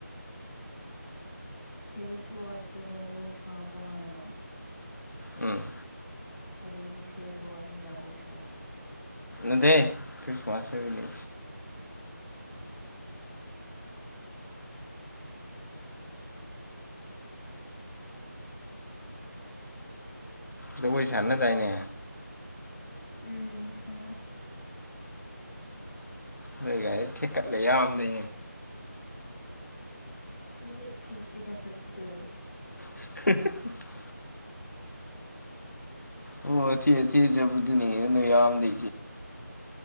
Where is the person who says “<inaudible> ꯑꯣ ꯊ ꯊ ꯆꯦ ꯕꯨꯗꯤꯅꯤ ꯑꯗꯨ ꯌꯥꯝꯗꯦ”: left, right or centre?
Left